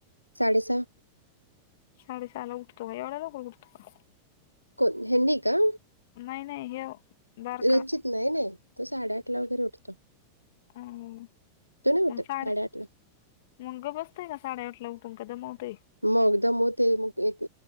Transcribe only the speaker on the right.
साडेसहा
कोण ह्यांनी का?
रचित नाही नाही, तो साडेआठला वगैरे उठतो,
तो नाही उठत.
साडेआठला
मग दमवतंय, मग एक